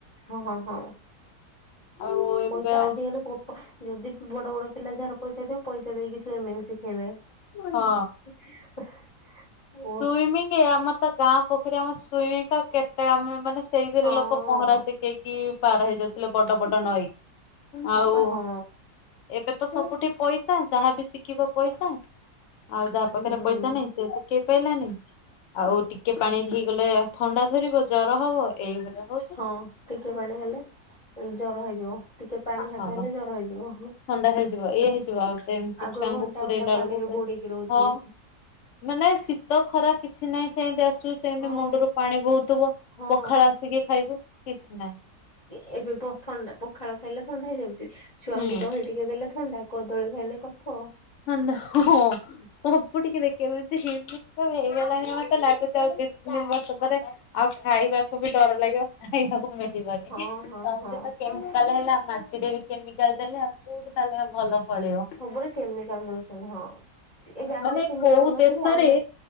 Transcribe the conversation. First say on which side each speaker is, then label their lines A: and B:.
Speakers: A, on the left; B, on the left.
A: ହଁ ହଁ ହଁ
B: ଆଉ ଏବେ
A: ପଇସା
B: ଆଉ
A: ଆଜିକାଲି ପ ଯଦି ବଡ ବଡ ପିଲା ଯାହାର ପଇସା ଥିବ ପଇସା ଦେଇକି ସୁଇମିଂ ଶିଖେଇବେ।
B: ହଁ।
A: <inaudible> ଓହୋ
B: ସୁଇମିଙ୍ଗ ଆମର ତ ଗାଁ ପୋଖରୀ ଆମ ସୁଇମିଙ୍ଗ କେତେ ଆମେ ମାନେ ସେଇଥିରେ
A: ହଁ
B: ଲୋକ ପହଁରା ଶିଖେଇକି ପାର ହେଇଯାଉଥିଲେ ବଡ ବଡ ନଈ
A: ହଁ
B: ଆଉ
A: ବା ହଁ
B: ଏବେ ତ ସବୁଠି ପଇସା ଯାହା ବି ଶିଖିବ ପଇସା ଆଉ ଯାହା
A: ହୁଁ
B: ପାଖରେ ପଇସା ନାହିଁ ସେ ସିକେଇ ପାଇଲାନି ଆଉ ଟିକେ ପାଣି ହେଇଗଲେ ଥଣ୍ଡା ଧରିବ ଜ୍ୱର ହବ ଏଇଭଳିଆ ହଉ
A: ହଁ ଟିକେ ପାଣି ହେଲେ ଜର ହେଇଯିବ ଟିକେ ପାଣି ହାତ
B: ହଁ
A: ହେଲେ ଜର ହେଇଯିବ ହଁ।
B: ଥଣ୍ଡା ହେଇଯିବ ଏଇ ହେଇଯିବ ଆଉ ତ ଏମିତି
A: ଆଗରୁ
B: ଛୁଆଙ୍କୁ
A: ଘଣ୍ଟା
B: ପୁରେଇଲା
A: ଘଣ୍ଟା ପାଣିରେ
B: ବେଳକୁ
A: ବୁଡିକି ରହୁଥିଲେ
B: ହଁ ମାନେ ଶୀତ ଖରା କିଛି ନାହିଁ ସେନନ୍ତି ସୁ ସେମତି
A: ହଁ
B: ମୁଣ୍ଡରୁ ପାଣି ବହୁଥିବ
A: ହଁ।
B: ପଖାଳ ଆସିକି ଖାଇବୁ କିଛି ନାହିଁ।
A: ଏ ଏବେ ପ ଥଣ୍ଡା ପଖାଳ ଖାଇଲେ ଥଣ୍ଡା ହେଇଯାଉଛି ଛୁଆଙ୍କୁ
B: ହୁଁ।
A: ଦହି ଟିକେ ଦେଲେ ଥଣ୍ଡା ହେଲେ କଫ
B: ଥଣ୍ତା ହଁ ସବୁ ଟିକେ ଦେଖିବା <unintelligible> ହେଇଗଲାଣିି ମତେ ଲାଗୁ କି ଆଉ ଦି ତିନି ବର୍ଷ ପରେ ଆଉ ଖାଇବାକୁ ବି ଡର ଲାଗିବ ଖାଇବାକୁ ମିଳିବନି।
A: ହଁ
B: ସବୁ
A: ହଁ ହଁ
B: ଥିରେ ତ କେମିକାଲ ହେଲା ମାଟିରେ ବି କେମିକାଲ ଦେଲେ ଆଉ କୋଉଠି ତାଲେ ଭଲ ଳ ଫଳିବ
A: ସବୁରେ କେମିକାଲ ଦଉଛନ୍ତି ହଁ। ଏବେ ଆମେ
B: ମାନେ
A: ଚିନି
B: କୋଉ
A: ଖାଉନଥିଲେ
B: ଦେଶରେ
A: ଆମେ